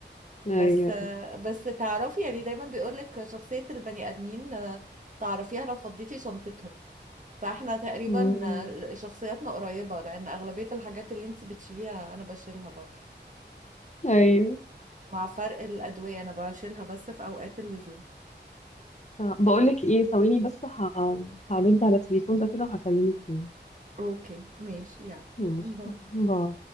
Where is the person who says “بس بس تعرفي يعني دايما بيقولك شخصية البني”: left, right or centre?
Right